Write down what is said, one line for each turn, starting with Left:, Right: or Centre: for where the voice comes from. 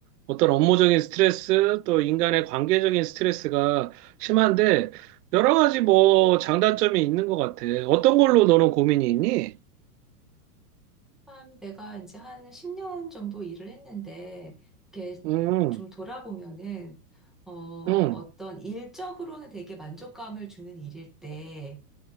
Right: 어떤 업무적인 스트레스 또 인간의 관계적인 스트레스가 심한데 여러 가지 뭐 장단점이 있는 것 같아. 어떤 걸로 너는 고민이 있니?
Centre: 한 내가 이제 한 10년 정도 일을 했는데, 이렇게
Right: 음,
Centre: 좀 돌아보면은, 어, 어떤
Right: 음,
Centre: 일적으로는 되게 만족감을 주는 일일 때,